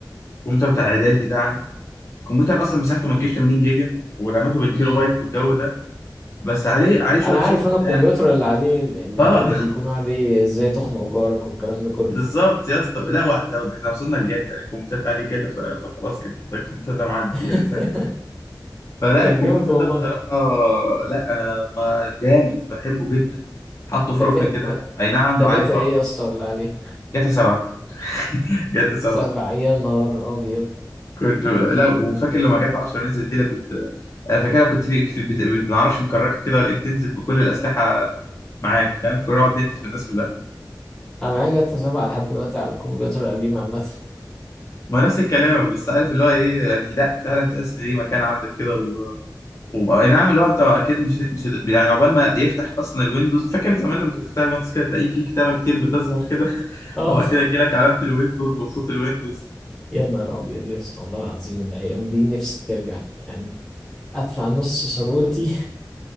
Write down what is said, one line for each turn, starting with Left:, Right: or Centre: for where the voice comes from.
Left: الكمبيوتر بتاع اعدادي ده عندي الكمبيوتر اصلا مساحته ما تجيش 80 جيجا وراماته بالكيلو
Centre: مم.
Left: بايت والجو ده بس عليه عليه شويه
Centre: أنا
Left: صور
Centre: عارف أنا الكمبيوتر
Left: قدام
Centre: اللي عليه اللي
Left: اه
Centre: اللي
Left: <laughs>
Centre: بيكون عليه إزاي تخنق جارك والكلام ده كله
Left: بالظبط يا اسطى لا وا- ده احنا وصلنا لجاتا يعني الكمبيوتر ده عليه جاتا ف- فخلاص كده ده الكمبيوتر ده معدي
Centre: <laughs>
Left: يعني ف- فلا
Centre: طب
Left: الكمبيوتر
Centre: جامد والله
Left: ده بصراحه لا انا ما جامد بحبه جدا حطه في
Centre: ده
Left: ركن
Centre: ك... ده,
Left: كده اي نعم
Centre: ده
Left: عليه
Centre: جاتا
Left: تراب
Centre: إيه يا اسطى اللي عليه
Left: جاتا 7 <laughs> جاتا 7
Centre: سبع يا نهار أبيض
Left: كنت لا وفاكر لما جت 10 نزلت دي لا كنت انا فاكرها كنت في, في بت... بت- ما اعرفش مكركه كده ولا ايه بتنزل بكل الاسلحه معاك فاهم كنا نقعد نقتل في الناس كلها
Centre: أنا معايا جاتا سبعة لحد دلوقتي على الكمبيوتر القديم عامة <laughs>
Left: ما نفس الكلام بس عارف اللي هو ايه يعني لا فعلا تحس ان ليه مكان عندك كده و... و... اي نعم اللي هو انت اكيد مش مش يعني عقبال ما يفتح اصلا الويندوز فاكر زمان لما كنت تفتح الويندوز كده تلاقيه في كتابه كتير بتظهر كده <laughs>
Centre: آه
Left: واكيد يجي لك علامه الويندوز وصوت الويندوز
Centre: يا نهار أبيض يا اسطى والله العظيم الأيام دي نفسي ترجع يعني ادفع نص ثروتي